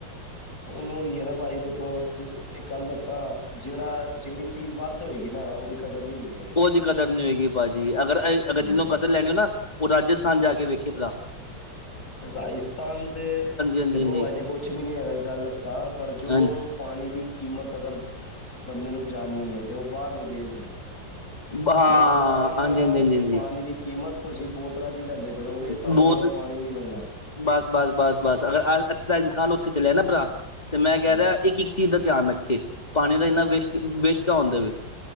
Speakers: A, on the left (about 55°); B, on the left (about 25°).
A: ਉਹਨੂੰ ਉਹੀ ਹੈ ਨਾ ਭਾਜੀ ਦੇਖੋ ਜੇ ਇੱਕ ਗੱਲ ਦੱਸਾਂ ਜਿਹੜਾ ਜਿਹੜੀ ਚੀਜ਼ ਵੱਧ ਹੋਏਗੀ ਨਾ ਉਹਦੀ। ਕਦਰ ਨਹੀਂ ਹੁੰਦੀ ਕਦੀ।
B: ਉਹਦੀ ਕਦਰ ਨਹੀਂ ਹੋਏਗੀ ਭਾਅਜੀ ਅਗਰ। ਅਗਰ
A: ਹੂੰ।
B: ਜਿਹਨੂੰ ਕਦਰ ਲੈਣੀ ਹੋ ਨਾ ਉਹ ਰਾਜਸਥਾਨ ਜਾ ਕੇ ਵੇਖੇ ਭਲਾ।
A: ਰਾਜਸਥਾਨ ਤੇ
B: ਹਾਂਜੀ
A: ਦੇਖੋ
B: ਹਾਂਜੀ
A: ਹਜੇ ਕੁਛ ਵੀ ਨਹੀਂ ਹੈਗਾ। ਇੱਕ ਗੱਲ ਦੱਸਾਂ ਪਰ ਜੋ।
B: ਹਾਂਜੀ
A: ਪਾਣੀ ਦੀ ਕੀਮਤ ਅਗਰ ਬੰਦੇ ਨੂੰ ਜਾਨਣੀ ਹੈ ਤਾਂ ਉਹ ਬਾਹਰਲੇ ਦੇਸ਼ ਜਾਏਗਾ।
B: ਹਾਂ
A: ਮੈਂ ਕਹਿਣਾ
B: ਹਾਂਜੀ ਹਾਂਜੀ
A: ਉੱਥੇ
B: ਹਾਂਜੀ ਹਾਂਜੀ
A: ਪਾਣੀ ਦੀ। ਕੀਮਤ ਤੁਸੀਂ ਬੋਤਲਾਂ 'ਚ ਲੈਂਦੇ ਫਿਰੋਗੇ ਤੁਹਾਨੂੰ
B: ਬਹੁਤ
A: ਉਵੇਂ ਪਾਣੀ ਨੀ ਮਿਲਣਾ।
B: ਬਸ! ਬਸ! ਬਸ! ਬਸ! ਅਗਰ ਅੱਛਾ ਇਨਸਾਨ ਉੱਥੇ ਚੱਲਿਆ ਨਾ ਭਰਾ ਤੇ ਮੈਂ ਕਹਿ
A: ਹੂੰ।
B: ਰਿਹਾ ਇੱਕ ਇੱਕ। ਚੀਜ਼ ਦਾ ਧਿਆਨ ਰੱਖੇ ਪਾਣੀ ਦਾ ਇੰਨਾ ਵੇਸਟ ਵੇਸਟ ਨਾ ਹੋਣ ਦੇਵੇ।